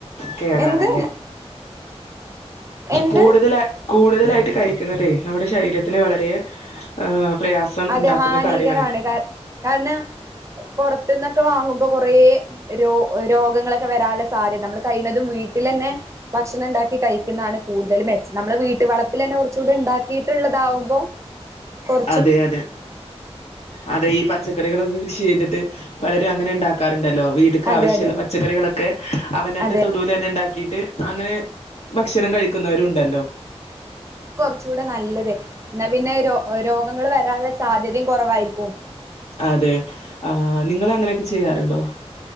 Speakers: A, on the left; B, on the right.
A: കേടാണല്ലേ
B: എന്ത് എന്ത്
A: കൂടുതലായി കൂടുതലായിട്ട് കഴിക്കുന്നതേ നമ്മുടെ ശരീരത്തിന് വളരെ. ആഹ് പ്രയാസം
B: അതെ
A: ഉണ്ടാക്കുന്ന
B: ഹാനികരാണ്
A: കാര്യണ്.
B: കാ കാരണം പുറത്ത്ന്നൊക്കെ വാങ്ങുമ്പോ കൊറേ രോ രോഗങ്ങളൊക്കെ വരാനുള്ള സാധ്യത നമ്മൾ കഴിയുന്നതും വീട്ടിലന്നെ ഭക്ഷണം ണ്ടാക്ക. കഴിക്കുന്നാണ് കൂടുതല് മെച്ചം നമ്മുടെ വീട് വളപ്പിൽ തന്നെ കുറച്ചുകൂടെ ണ്ടാക്കി. ഉണ്ടാക്കിട്ടുള്ളതാവുമ്പോ കൊർച്ച്
A: അതെ അതെ അതെ ഈ പച്ചക്കറികളൊക്കെ കൃഷി ച്ചെയ്തിട്ട് പലരും അങ്ങനെ ഇണ്ടാക്ക ഇണ്ടാക്കാറുണ്ടല്ലോ വീട്ട്ക്ക്
B: അതെ
A: ആവശ്യള്ള
B: അതെ
A: പച്ചക്കറികളൊക്കെ അവനാന്റെ
B: അതെ
A: തൊടുലെന്നെ ഇണ്ടാക്കിട്ട് അങ്ങനെ. ഭക്ഷണം കഴിക്കുന്നവരുണ്ടല്ലോ.
B: അതാ കൊർച്ചൂടെ നല്ലത് എന്നാ പിന്നെ രോ രോഗങ്ങൾ വരാനുള്ള സാധ്യതയും കൊറവായിരിക്കും.
A: അതെ ആഹ് നിങ്ങൾ അങ്ങനെയൊക്കെ ചെയ്യാറുണ്ടോ?